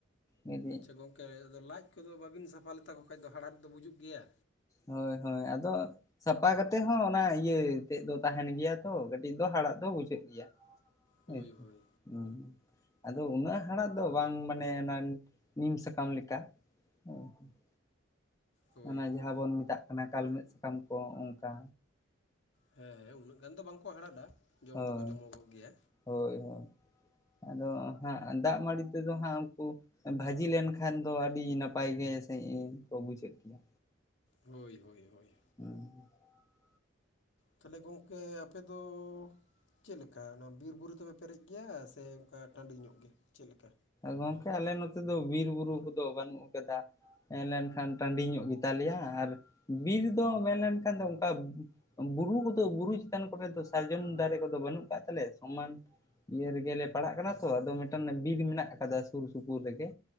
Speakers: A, on the left (about 15°); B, on the left (about 60°).
A: ᱠᱟᱹᱴᱤᱡ
B: ᱟᱪᱪᱷᱟ ᱜᱚᱝᱠᱮ ᱟᱫᱚ ᱞᱟᱡ ᱠᱚᱫᱚ ᱵᱟᱹᱵᱤᱱ ᱥᱟᱯᱷᱟ ᱞᱮᱛᱟᱠᱚ ᱠᱷᱟᱡ ᱫᱚ ᱦᱟᱲᱦᱟᱫ ᱫᱚ ᱵᱩᱡᱩᱜ ᱜᱮᱭᱟ
A: ᱦᱳᱭ ᱦᱳᱭ ᱟᱫᱚᱼᱼ ᱥᱟᱯᱷᱟ ᱠᱟᱛᱮᱜ ᱦᱚᱸ ᱚᱱᱟ ᱤᱭᱟᱹ ᱛᱮᱫ ᱫᱚ ᱛᱟᱦᱮᱱ ᱜᱮᱭᱟ ᱛᱚ ᱠᱟᱹᱴᱤᱡ ᱫᱚ ᱦᱟᱲᱟᱫ ᱫᱚ ᱵᱩᱡᱷᱟᱹᱜ ᱜᱮᱭᱟ <unintelligible>
B: ᱦᱳᱭ ᱦᱳᱭ
A: <unintelligible> ᱟᱫᱚ ᱩᱱᱟᱹᱜ ᱦᱟᱲᱟᱜ ᱫᱚ ᱵᱟᱝ ᱢᱟᱱᱮ ᱚᱱᱟ ᱱᱤᱢ ᱥᱟᱠᱟᱢ ᱞᱮᱠᱟ <unintelligible>
B: ᱦᱳᱭ
A: ᱚᱱᱮ
B: ᱦᱳᱭ
A: ᱡᱟᱦᱟᱸ ᱵᱚᱱ ᱢᱮᱛᱟᱜ ᱠᱟᱱᱟ ᱠᱟᱞᱢᱮᱫ ᱥᱟᱠᱟᱢ ᱠᱚ ᱚᱱᱠᱟᱼᱼ
B: ᱦᱮᱸ ᱦᱮᱸ ᱩᱱᱟᱹᱜ ᱜᱟᱱ ᱫᱚ ᱵᱟᱝ‌ ᱠᱚ ᱦᱟᱲᱟᱫᱼᱟ ᱡᱚᱢ
A: ᱦᱳᱭ
B: ᱫᱚᱠᱚ ᱡᱚᱢᱚᱜᱚᱜ ᱜᱮᱭᱟ
A: ᱦᱳᱭ ᱦᱳᱭ ᱟᱫᱚ ᱦᱟᱸᱜ ᱫᱟᱜ ᱢᱟᱹᱲᱤ ᱛᱮᱫᱚ ᱦᱟᱸᱜ ᱩᱱᱠᱩ ᱵᱷᱟᱼᱼ ᱡᱤ ᱞᱮᱱ ᱠᱷᱟᱱ ᱠᱚ ᱟᱹᱰᱤ ᱱᱟᱯᱟᱭ ᱜᱮ ᱥᱟᱹᱦᱤᱡ ᱠᱚ ᱵᱩᱡᱷᱟᱹᱜ ᱜᱮᱭᱟ
B: ᱦᱳᱭ ᱦᱳᱭ ᱦᱳᱭ
A: <inaudible>
B: ᱛᱷᱟᱦᱞᱮ ᱜᱚᱝᱠᱮ ᱟᱯᱮ ᱫᱚᱼᱼ ᱪᱮᱫ ᱞᱮᱠᱟ ᱚᱱᱟ ᱵᱤᱨ ᱵᱩᱨᱩ ᱛᱮᱯᱮ ᱯᱮᱨᱮᱡ ᱜᱮᱭᱟ ᱥᱮ ᱚᱱᱠᱟ ᱴᱟᱹᱱᱰᱤ ᱧᱚᱜ ᱜᱮ ᱪᱮᱫ ᱞᱮᱠᱟᱼᱼ
A: ᱜᱚᱝᱠᱮ ᱟᱞᱮ ᱱᱚᱛᱮ ᱫᱚ ᱵᱤᱨ ᱵᱩᱨᱩ ᱠᱚ ᱫᱚ ᱵᱟᱹᱱᱩᱜ ᱟᱠᱟᱫᱟ <unintelligible> ᱴᱟᱹᱱᱰᱤ ᱧᱚᱜ ᱜᱮ ᱛᱟᱞᱮᱭᱟ ᱟᱨ ᱵᱤᱨ ᱫᱚ ᱢᱮᱱ ᱞᱮᱱ ᱠᱷᱟᱱ ᱫᱚ ᱚᱱᱠᱟᱼᱼ ᱵᱩᱨᱩ ᱠᱚ ᱫᱚ ᱵᱩᱨᱩ ᱪᱮᱛᱟᱱ ᱠᱚ ᱨᱮ ᱫᱚ ᱥᱟᱨᱡᱚᱢ ᱫᱟᱨᱮ ᱠᱚᱫᱚ ᱵᱟᱹᱱᱩᱜ ᱠᱟᱫ ᱛᱟᱞᱮᱭᱟ ᱥᱚᱢᱟᱱ ᱤᱭᱟᱹ ᱨᱮᱜᱮᱞᱮ ᱯᱟᱲᱦᱟᱜ ᱠᱟᱱᱟ ᱛᱚ ᱟᱫᱚ ᱢᱮᱴᱟᱱ ᱵᱤᱨ ᱢᱮᱱᱟᱜᱼᱼ ᱟᱠᱟᱫᱟ ᱥᱩᱨ ᱥᱩᱯᱩᱨ ᱨᱮᱜᱮ